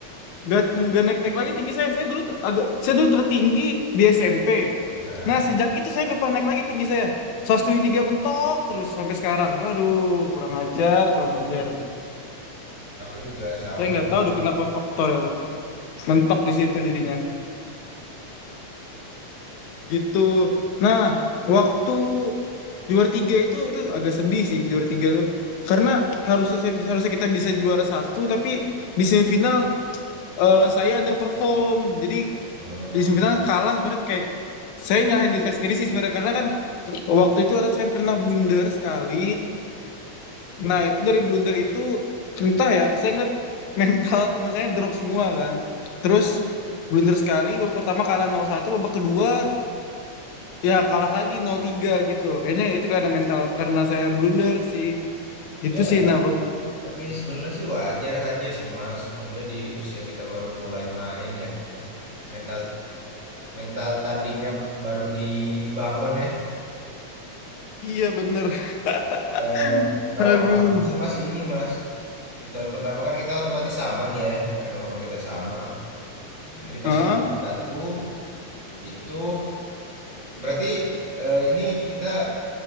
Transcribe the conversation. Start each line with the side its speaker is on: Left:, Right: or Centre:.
Left: nggak nggak naik naik lagi tinggi saya. Saya dulu t- agak saya dulu tertinggi di SMP.
Right: Heeh,
Left: Nah sejak itu saya nggak pernah naik lagi tinggi saya. 173 mentok terus sampai sekarang. Waduh kurang ajar kurang ajar.
Right: aku juga sama
Left: Saya nggak
Right: cuman
Left: tahu tuh kenapa faktor itu mentok di situ jadinya. Gitu. Nah waktu juara tiga itu itu agak sedih sih juara tiga tuh. Karena harusnya saya bisa harusnya kita bisa juara satu tapi di semifinal eh, saya underperform. Jadi
Right: eee,
Left: di semifinal kalah sebenarnya kayak saya nyalahin diri saya sendiri sih sebenarnya karena kan waktu itu ada saya pernah blunder sekali nah itu dari blunder itu entah ya saya ngeliat mental teman saya drop semua kan terus blunder sekali babak pertama kalah nol satu, babak kedua ya kalah lagi nol tiga gitu kayaknya itu karena mental karena saya blunder sih
Right: ya
Left: itu sih
Right: tapi
Left: nah bab-
Right: tapi sebenarnya sih wajar aja sih Mas, maksudnya di usia kita baru mulai main ya, mental mental tandingnya baru dibangun ya.
Left: iya bener
Right: Eee,
Left: <laughs>
Right: kalau
Left: aduh
Right: aku sih Mas ini Mas, di tahun pertama kan kita otomatis sama nih ya, karena umur kita sama. Jadi
Left: Hah?
Right: pas aku kelas 1 itu Berarti eh, ini kita